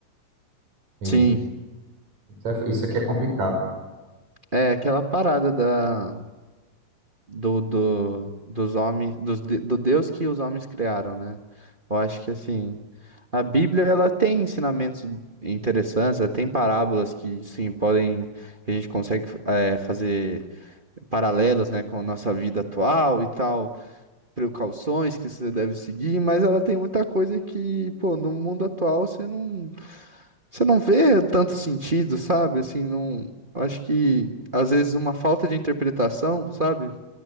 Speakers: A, on the right; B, on the right.
A: E
B: Sim.
A: isso é- isso aqui é complicado.
B: É aquela parada da, do, do, dos homens, dos, de- do Deus que os homens criaram, né? Eu acho que, assim, a Bíblia, ela tem ensinamentos interessantes, ela tem parábolas que, sim, podem, a gente consegue é, fazer paralelos, né, com a nossa vida atual e tal, precauções que você deve seguir, mas ela tem muita coisa que, pô, no mundo atual você não Você não vê tanto sentido, sabe? Assim, não. eu Acho que às vezes uma falta de interpretação, sabe?